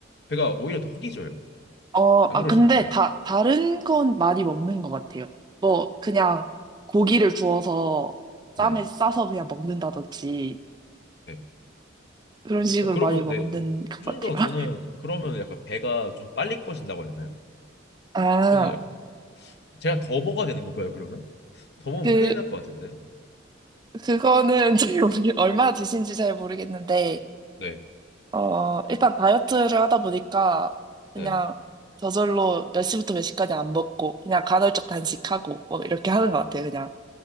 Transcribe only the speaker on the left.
배가 오히려 더 허기져요.
안
그러시는가요?
네.
네.
어, 그러면
네.
좀
더 저는 그러면 약간 배가 좀 빨리 꺼진다고 해야 되나요?
저는 약간 제가 더 먹어야 되는 건가요, 그러면? 더 먹으면
큰일 날 것 같은데.
네.
네.
어.